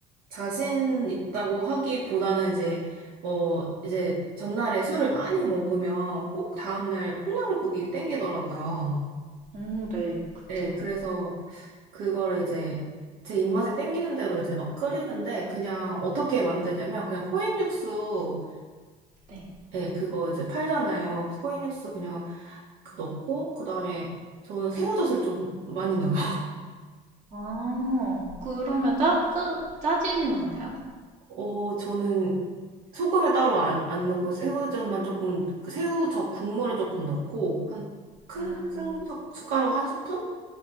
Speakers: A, on the right (about 65°); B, on the right (about 45°).
A: 자신 있다고 하기보다는 이제 어 이제 전날에 술을 많이 먹으면 꼭 다음날 콩나물국이 땡기더라고요.
B: 오, 네. 그쵸.
A: 네, 그래서 그거를 이제 제 입맛에 땡기는 대로 이제 막 끓이는데 그냥 어떻게 만드냐면 그냥 코인 육수
B: 네.
A: 예, 그거 이제 팔잖아요. 코인 육수 그냥 그 넣고 그다음에 저는 새우젓을 좀 많이 넣어요.
B: 아, 그러면
A: <laughs>
B: 짜, 짜, 짜지진 않아요?
A: 어, 저는 소금을 따로 안, 안 넣고 새우젓만 조금 그 새우젓 국물을 조금 넣고 한큰큰
B: 아,
A: 숟가락 한 스푼